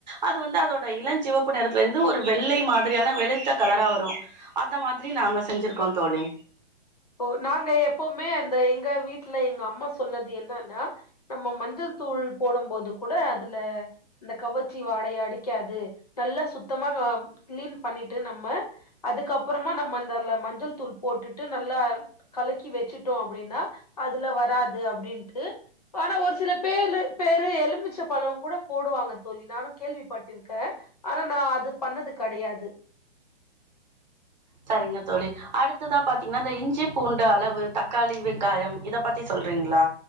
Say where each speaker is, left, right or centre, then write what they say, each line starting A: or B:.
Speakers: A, on the right; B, on the left.
A: அது வந்து அதோட இளஞ்சிவப்பு நிறத்துல இருந்து ஒரு வெள்ளை மாதிரியான வெளுத்த கலரா வரும் அந்த மாதிரி நாங்க செஞ்சிருக்கோ தோழி
B: ஓ நாங்க எப்பவுமே அந்த எங்க வீட்ல எங்க அம்மா சொன்னது என்னன்னா நம்ம மஞ்சள் தூள் போடம் போது கூட அதுல அந்த கவச்சி வாடைய அடிக்காது நல்லா சுத்தமா கிளீன் பண்ணிட்டு நம்ம அதுக்கப்புறமா நம்ம அந்தல மஞ்சள் தூள் போட்டுட்டு நல்லா கலக்கி வச்சுட்டோ அப்படின்னா அதுல வராது அப்டின்ட்டு ஆனா ஒரு சில பேரு பேரு எலுமிச்ச பழங் கூட போடுவாங்க தோழி நானு கேள்விப்பட்டிருக்கே ஆனா நா அது பண்ணது கடையாது
A: சாரிங்க தோழி அடுத்ததா பாத்தீங்னா அந்த இஞ்சி பூண்டு அளவு தக்காளி வெங்காயம் இத பத்தி சொல்றீங்ளா